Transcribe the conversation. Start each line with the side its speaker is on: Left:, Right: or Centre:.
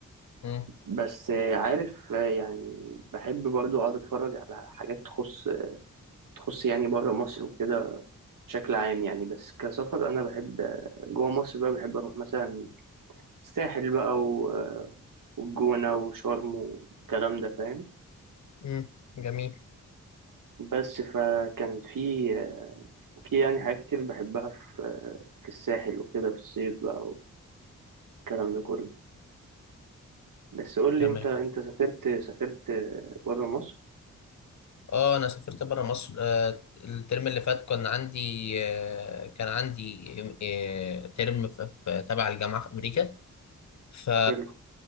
Left: امم
Right: بس آه، عارف آه، يعني بحب برضو أقعد أتفرج على حاجات تخص تخص يعني بره مصر وكده بشكل عام يعني بس كسفر انا بحب جوه مصر بقى بحب اروح مثلا الساحل بقى و- والجونة وشرم والكلام ده فاهم
Left: امم جميل
Right: بس فكان في في يعني حاجات كتير بحبها في في الساحل وكده في الصيف بقى والكلام ده كله بس قول
Left: تمام
Right: لي انت انت سافرت سافرت بره مصر
Left: اه انا سافرت بره مصر آه، الترم اللي فات كان عندي آه، كان عندي آه، ترم في في- تبع الجامعه في امريكا ف
Right: حلو